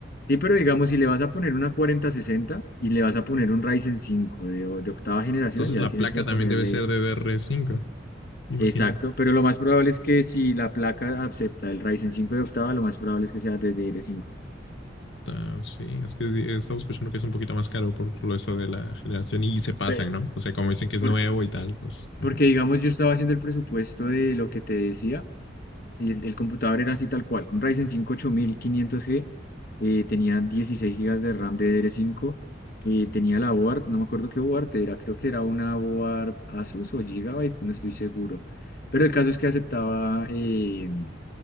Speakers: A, on the left (about 50°); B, on the left (about 75°).
A: Sí, pero digamos, si le vas a poner una 4060 y le vas a poner un Ryzen 5 de, o- de octava generación,
B: Entonces
A: ya
B: la
A: tienes
B: placa
A: que ponerle
B: también debe ser de DR5, imagina.
A: exacto. Pero lo más probable es que si la placa acepta el Ryzen 5 de octava, lo más probable es que sea DDR5.
B: Ah, Sí, es que estamos escuchando que es un poquito más caro por lo eso de la generación y se pasan,
A: Pero,
B: ¿no? O sea, como dicen que es
A: por-
B: nuevo y tal, pues, ajá.
A: porque digamos, yo estaba haciendo el presupuesto de lo que te decía Y el, el computador era así tal cual, un Ryzen 5 8500G, eh, tenía 16 gigas de RAM DDR5, eh, tenía la board, no me acuerdo qué board era, creo que era una board Asus o Gigabyte, no estoy seguro. Pero el caso es que aceptaba eh,